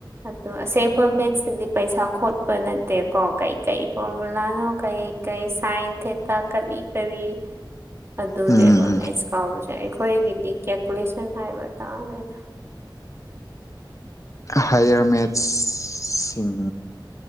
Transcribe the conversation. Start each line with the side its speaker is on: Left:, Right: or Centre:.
Right: ꯑꯗ‌ꯣ ꯑꯁꯦꯡꯕ ꯃꯦꯠꯁꯁꯤꯗꯤ ꯄꯩꯁꯥ ꯈꯣꯠꯄ ꯅꯠꯇꯦꯀꯣ ꯀꯩꯀꯩ ꯐꯣꯔꯃꯨꯂꯥꯅꯣ ꯀꯩ ꯀꯩ ꯁꯥꯏꯟ ꯊ‌ꯦꯠꯇꯥ ꯀꯔꯤ ꯀꯔꯤ ꯑꯗꯨꯅꯦꯕ
Left: ꯎꯝ
Right: ꯃꯦꯠꯁ ꯀꯥꯎꯕꯁꯨ ꯑꯩꯈꯣꯏꯒꯤꯗꯤ ꯀꯦꯜꯀꯨꯂꯦꯁꯟ ꯍꯥꯏꯕ ꯇꯥꯔꯦꯗ
Left: ꯍꯥꯏꯌꯔ ꯃꯦꯠꯁꯁꯤꯡ